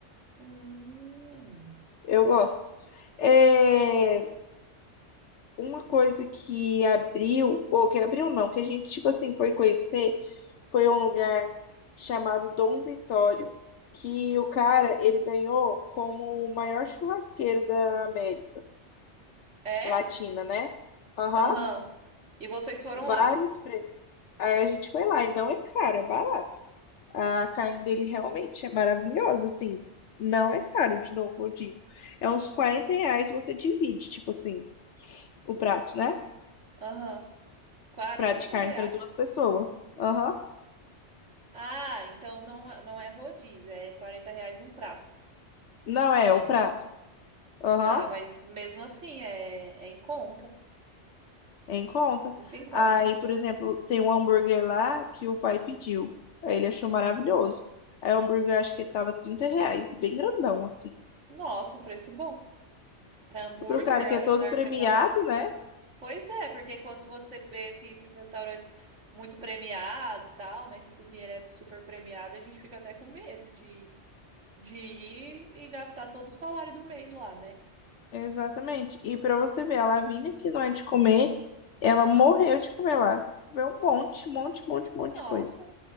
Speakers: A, on the right; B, on the left.
A: Hum.
B: Eu gosto. É... Uma coisa que abriu, ou que abriu não, que a gente, tipo assim, foi conhecer, foi um lugar chamado Dom Vitório, que o cara, ele ganhou como o maior churrasqueiro da América
A: É?
B: Latina, né? Aham,
A: Aham. E vocês foram
B: vários
A: lá?
B: prêmios. Aí a gente foi lá e não é caro, é barato. A carne dele realmente é maravilhosa, assim, não é caro, de novo, eu digo. É uns 40 reais você divide, tipo assim, o prato, né?
A: Aham. 40
B: Prato de carne
A: reais?
B: para duas pessoas. Aham.
A: Ah, então não, é- não é rodízio, é 40 reais um prato
B: Não é,
A: grande.
B: o prato. Aham.
A: Ah, mas mesmo assim é, é em conta,
B: É em conta.
A: muito em conta.
B: Aí, por exemplo, tem um hambúrguer lá que o pai pediu. Aí ele achou
A: Hum.
B: maravilhoso. Aí o hambúrguer acho que tava 30 reais, bem grandão assim.
A: Nossa, um preço bom. Para hambúrguer
B: Pro cara que
A: ar-
B: é todo
A: artesanal?
B: premiado, né?
A: Pois é, porque quando você vê assim, esses restaurantes muito premiados, e tal, né, que o cozinheiro é super premiado, a gente fica até com medo de, de ir e gastar todo o salário do mês lá, né?
B: Exatamente. E pra você ver, a Lavínia, que não é de comer, ela morreu de comer lá. Comeu um monte, um monte, um monte, um monte
A: Nossa,
B: de coisa.